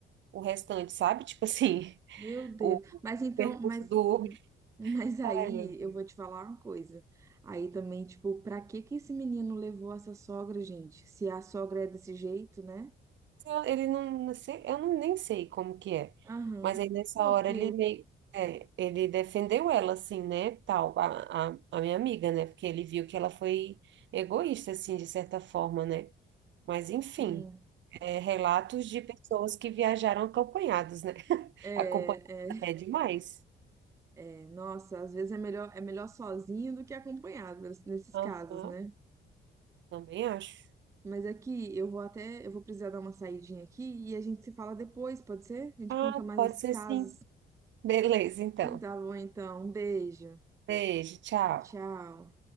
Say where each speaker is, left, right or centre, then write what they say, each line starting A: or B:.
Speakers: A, on the right (about 65°); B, on the right (about 15°).
A: o restante, sabe? Tipo assim
B: Meu Deus.
A: o
B: Mas então,
A: percurso
B: mas,
A: do Uber.
B: <laughs> mas aí
A: Ai, meu Deus.
B: eu vou te falar uma coisa. Aí também, tipo, pra que que esse menino levou essa sogra, gente? Se a sogra é desse jeito, né?
A: Eu- Ele não, não sei, eu não, nem sei como que é.
B: Aham.
A: Mas aí nessa
B: Não,
A: hora
B: porque
A: ele meio. é, ele defendeu ela, assim, né? Tal, a, a, a minha amiga, né? Porque ele viu que ela foi egoísta, assim, de certa forma, né? Mas enfim,
B: sim,
A: é, relatos de pessoas que viajaram acompanhados, né? <laughs>
B: é,
A: Acompanhados
B: é.
A: até demais.
B: É, nossa, às vezes é melhor, é melhor sozinho do que acompanhado nes- nesses
A: Aham,
B: casos, né?
A: também acho.
B: Mas aqui eu vou até, eu vou precisar dar uma saidinha aqui e a gente se fala depois, pode ser? A gente
A: Ah,
B: conta mais
A: pode
B: esses
A: ser
B: casos.
A: sim. Beleza, então.
B: Tá bom, então. Um beijo.
A: Beijo, tchau.
B: Tchau.